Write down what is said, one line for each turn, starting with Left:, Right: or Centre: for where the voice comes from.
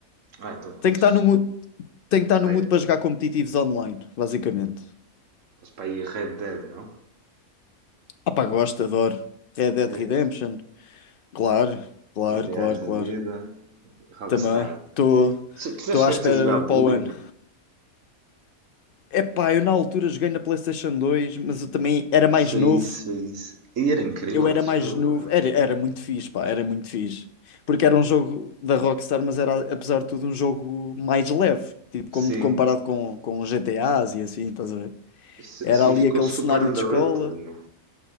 Right: Ah, então curtes.
Left: Tenho que estar no mood, tenho que estar no
Right: Pai,
Left: mood para jogar competitivos online, basicamente.
Right: estás para aí Red Dead, não?
Left: Ah pá, gosto, adoro. Red Dead
Right: É.
Left: Redemption, claro, claro,
Right: GTAs
Left: claro, claro.
Right: da vida, Rockstar.
Left: Também. Estou
Right: Se- Tu
Left: estou
Right: já chegaste
Left: à espera
Right: a jogar
Left: para
Right: Bullying?
Left: o ano. Epá, eu na altura joguei na PlayStation dois, mas eu também era mais
Right: Foi
Left: novo.
Right: isso, foi isso. E era incrível
Left: Eu era
Right: esse
Left: mais
Right: jogo,
Left: novo.
Right: meu.
Left: Era, era muito fixe, pá, era muito fixe. Porque era um jogo da Rockstar, mas era, apesar de tudo, um jogo mais leve. Tipo,
Right: Sim.
Left: como, comparado com, com os GTAs e assim, estás a ver?
Right: Isso,
Left: Era
Right: isso aí
Left: ali
Right: ficou
Left: aquele
Right: super
Left: cenário
Right: underrated,
Left: de escola.
Right: meu.